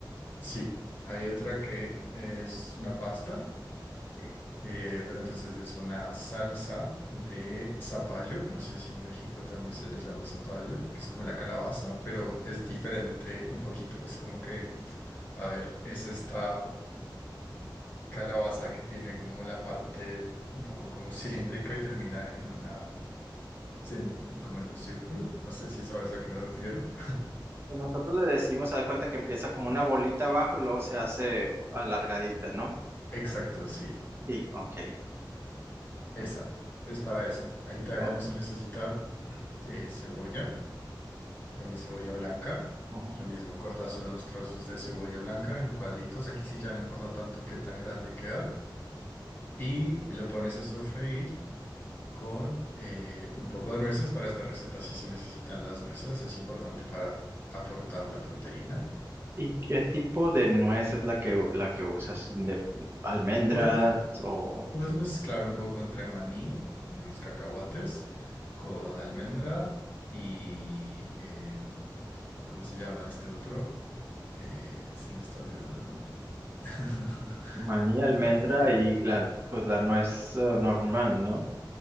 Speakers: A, on the left; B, on the right.
A: Sí, hay otra que es una pasta,
B: Ok.
A: eh, pero entonces es una salsa de zapallo. No sé si en México también se le llama zapallo, que es como la calabaza, pero es diferente un poquito. Es como que A ver, es esta calabaza que tiene como la parte un poco como <laughs> cilíndrica y termina en una, en- como en un círculo. No sé si sabes a qué me refiero.
B: Nosotros le decimos, se da cuenta que empieza como una bolita abajo y luego se hace alargadita, ¿no?
A: <laughs> Exacto, sí.
B: Sí, ok.
A: Esa. Es para esa. Aquí también
B: Perfecto.
A: vamos a necesitar eh, cebolla, también cebolla blanca.
B: Ujú.
A: Lo mismo, cortas unos trozos de cebolla blanca en cuadritos. Aquí sí ya no importa tanto qué tan grande queda. Y lo pones a sofreír. con eh, un poco de nueces. Para esta receta sí se necesitan las nueces, es importante para aportar la proteína.
B: ¿Y qué tipo de nuez es la que la que usas? ¿De almendras
A: Puedes,
B: o
A: puedes mezclar un poco entre maní, como los cacahuates, con almendra y, eh, ¿cómo se llama este otro? Eh, se me está olvidando el nombre. <laughs>
B: maní, almendra
A: Ah,
B: y la, pues la nuez eh, normal, ¿no?